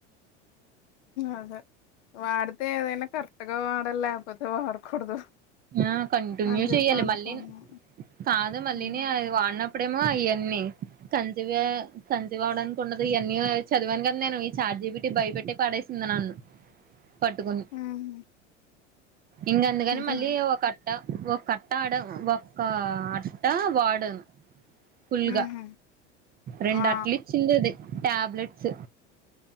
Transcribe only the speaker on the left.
అదె వాడితే ఏదైనా కరెక్ట్గా వ డాలి లెకపోతే వాడకూడదు
అని చెప్పి
అనుకున్నా
ఉమ్
<inaudible>
ఉహు
ఇంకా
ఉహు
ఆ